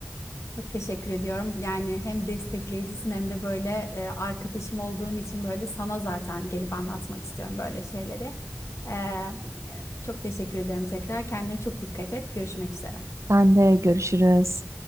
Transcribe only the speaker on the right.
Sen de görüşürüz.